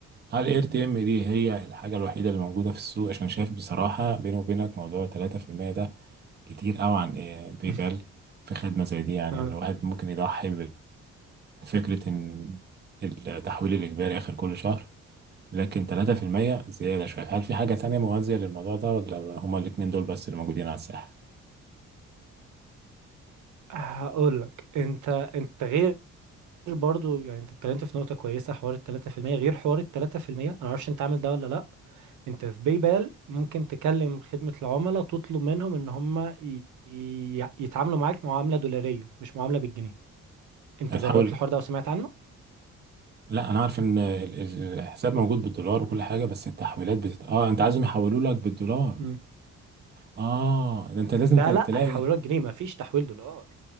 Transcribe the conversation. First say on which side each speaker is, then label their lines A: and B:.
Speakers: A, on the right (about 35°); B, on the right (about 75°).
A: هل الاي تي ام دي هي الحاجه الوحيده اللي موجوده في السوق عشان شايف بصراحه بيني وبينك موضوع 3% ده كتير قوي عن إيه بيبال
B: <laughs>
A: في خدمة زي دي يعني
B: آه.
A: يعني الواحد ممكن يضحي بفكرة إن التحويل الإجباري آخر كل شهر لكن 3% زيادة شوية هل في حاجة تانية موازية للموضوع ده ولا هما الاتنين دول بس اللي موجودين على الساحة؟
B: هقول لك انت انت غير برضو يعني انت اتكلمت في نقطة كويسة حوار ال 3% غير حوار ال 3% انا معرفش انت عامل ده ولا لا انت في بايبال ممكن تكلم خدمة العملاء تطلب منهم ان هم ي- ي- يتعاملوا معاك معاملة دولارية مش معاملة بالجنيه انت
A: هتحاول
B: جربت الحوار ده وسمعت عنه؟
A: لا أنا عارف إن ال- ال- الحساب موجود بالدولار وكل حاجة بس التحويلات بتت... آه أنت عايزهم يحولوا لك بالدولار
B: مم.
A: آه ده أنت لازم
B: لا
A: ت- تلاقي
B: لا هيحولوك جنيه مفيش تحويل دولار